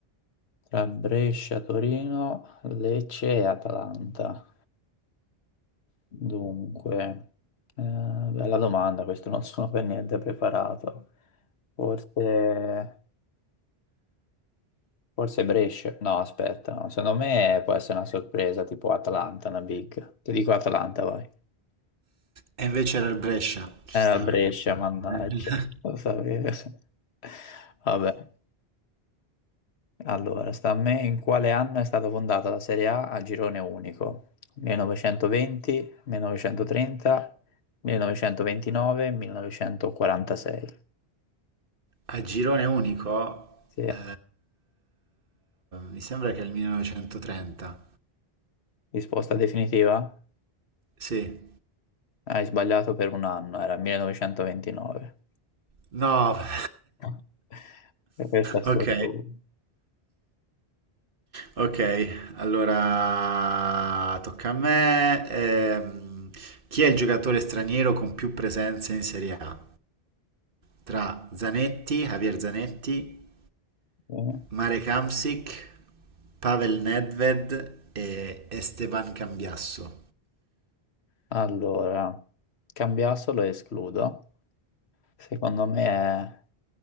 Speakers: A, on the left; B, on the right.
A: Tra Brescia, Torino, Lecce e Atalanta. Dunque, eh, bella domanda, questo non <laughs> sono per niente preparato. Forse, forse Brescia. No, aspetta, no. Secondo me può essere una sorpresa tipo Atalanta, una big. Ti dico Atalanta, vai.
B: E invece era il Brescia, ci
A: Era
B: stavo
A: il Brescia,
B: io.
A: mannaggia,
B: <laughs>
A: lo sapevo. <laughs> Vabbè, allora, sta a me in quale anno è stata fondata la Serie A a girone unico? 1920, 1930, 1929, 1946.
B: A girone unico,
A: Sì,
B: eh, mi sembra che è il 1930.
A: risposta definitiva?
B: Sì.
A: Hai sbagliato per un anno, era 1929.
B: No, <laughs>
A: <laughs> E questo è sotto.
B: ok, ok, allora tocca a me. Ehm, chi è il giocatore straniero con più presenze in Serie A? Tra Zanetti, Javier Zanetti,
A: eh.
B: Marek Hamsik, Pavel Nedved e Esteban Cambiasso.
A: Allora, cambiassolo e escludo. Secondo me è...